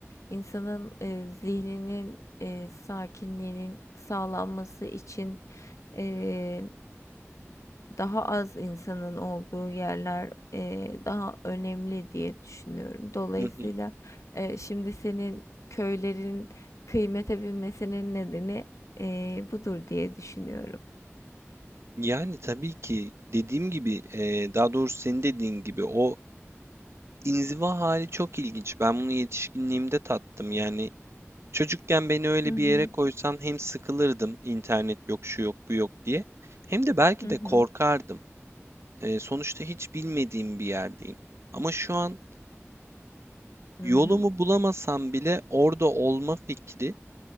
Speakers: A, on the left; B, on the right.
A: insanın eee, zihninin eee, sakinliğinin sağlanması için e, daha az insanın olduğu yerler, eee, daha önemli diye düşünüyorum. Dolayısıyla,
B: hı hı.
A: eee, şimdi senin köylerin kıymete binmesinin nedeni, eee, budur diye düşünüyorum.
B: Yani tabii ki dediğim gibi eee, daha doğrusu senin dediğin gibi o inziva hali çok ilginç. Ben bunu yetişkinliğimde tattım. Yani çocukken beni öyle
A: Hı hı.
B: bir yere koysan hem sıkılırdım internet yok şu yok bu yok diye hem de belki
A: Hı hı.
B: de korkardım. Eee, sonuçta hiç bilmediğim bir yerdeyim. Ama şu an
A: Hı
B: yolumu
A: hı.
B: bulamasam bile orada olma fikri